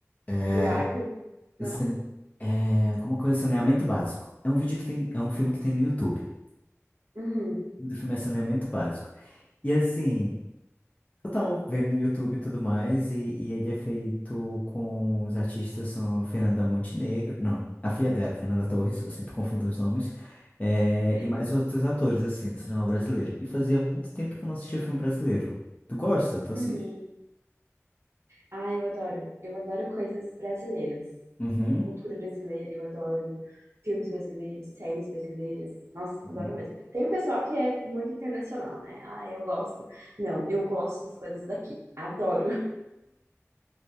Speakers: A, on the left; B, on the right.
A: É,
B: Do lago? Não?
A: o sane- é, alguma coisa, saneamento básico. É um vídeo que tem. É um filme que tem no YouTube.
B: Uhum.
A: O nome do filme é Saneamento Básico. E assim, Eu tava vendo no YouTube e tudo mais, e, e ele é feito com os artistas são Fernanda Montenegro, não, a filha dela, Fernanda Torres, eu sempre confundo os nomes, eh,
B: <laughs>
A: e mais outros atores, assim, do cinema brasileiro. E fazia muito tempo que eu não assistia filme brasileiro. Tu gosta? Tu
B: Uhum.
A: assiste?
B: Ah, eu adoro. Eu adoro coisas brasileiras.
A: Uhum.
B: Cultura brasileira, eu adoro filmes brasileiros, séries brasileiras. Nossa, adoro
A: Uhum.
B: mesmo. Tem um pessoal que é muito internacional, né? Ah, eu gosto. Não, eu gosto das coisas daqui. Adoro.